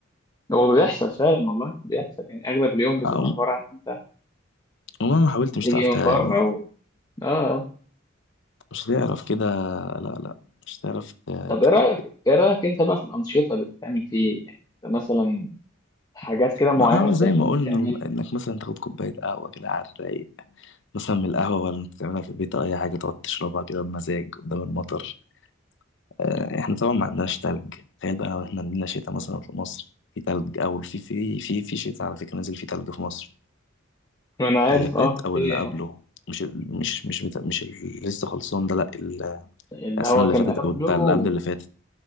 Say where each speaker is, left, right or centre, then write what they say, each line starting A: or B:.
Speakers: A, on the left (about 20°); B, on the left (about 65°).
A: هو بيحصل فعلا والله بيحصل يعني أغلب اليوم بتبقى
B: أو...
A: عبارة عن أنت
B: ومهما حاولت مش
A: تيجي
B: هتعرف ت-
A: من
B: يعني
A: بره و... آه
B: مش هتعرف كده لا لا مش هتعرف ت...
A: طب إيه
B: تك-
A: رأيك إيه رأيك أنت بقى في الأنشطة اللي بتعمل فيه يعني أنت مثلا حاجات كده معينة
B: ما أنا
A: أنت
B: زي
A: تكون
B: ما قلنا
A: بتعملها
B: الم- انك مثلا تاخد كوبايه قهوه كده على الرايق مثلا من القهوة ولا انت تعملها في البيت أو أي حاجة تقعد تشربها كده بمزاج قدام المطر آه، احنا طبعا ما عندناش تلج تخيل بقى لو احنا عندنا شتاء مثلا في مصر في تلج أو في في في في شتاء على فكرة نزل فيه تلج في مصر
A: أنا عارف
B: اللي
A: آه
B: فات أو
A: في
B: اللي قبله مش ال- مش مش بتا... مش اللي لسه خلصان ده لا ال-
A: اللي
B: السنة
A: هو
B: اللي
A: كان
B: فاتت
A: قبله
B: أو بتاع اللي قبل اللي فاتت